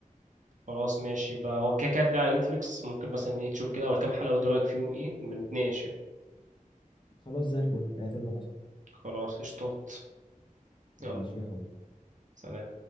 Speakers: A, on the right; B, on the left.
A: خلاص ماشي بقى هو كده كده هتلاقي على نتفليكس ممكن مثلا ايه تشوف كده اول كام حلقه وتقول رايك فيهم ايه نبقى نتناقش يعني
B: خلاص زي الفل اعتبره حصل
A: خلاص قشطات
B: ماشي
A: يلا
B: يا حب
A: سلام